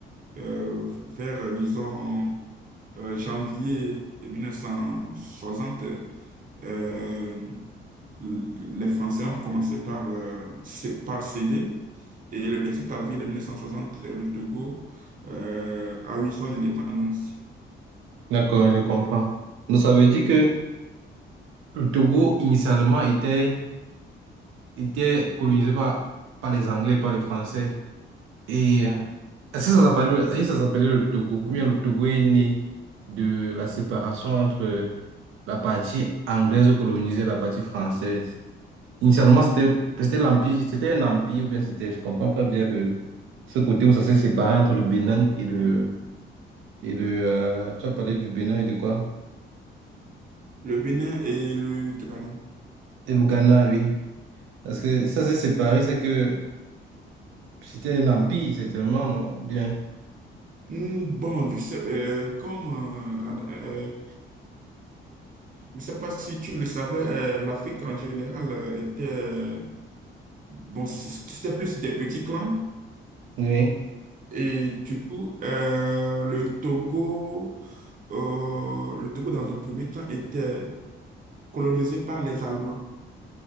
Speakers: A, on the right; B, on the right.
A: euh, vers, euh, disons, euh, janvier 1960, euh, l- les Français ont commencé par, euh, cé- par céder. Et le 27 avril 1960, le Togo, euh, a eu son indépendance.
B: D'accord, je comprends. Donc, ça veut
A: Ouais.
B: dire que le Togo, initialement, était était colonisé par, par les Anglais, par les Français. Et euh, est-ce que ça s'appelle, le- est-ce que ça s'appelait le Togo? Ou bien le Togo est né de la séparation entre la partie anglaise colonisée et la partie française. Initialement, c'était c'était l'empire, c'était un empire, ou bien c'était, je comprends pas bien de ce côté où ça s'est séparé entre le Bénin et le et le euh, tu as parlé du Bénin et de quoi?
A: Le Bénin et le Ghana.
B: Et le Ghana, oui. Parce que ça s'est séparé, c'est que c'était un empire, certainement, non? Bien.
A: Hmm, Bon, je sais, euh, comme, euh, euh, je sais pas si tu le savais, euh, l'Afrique en général euh, était, euh, bon, c- c'était plus des petits clans.
B: Oui.
A: Et du coup, euh, le Togo, euh, le Togo dans un premier temps était colonisé par les Allemands.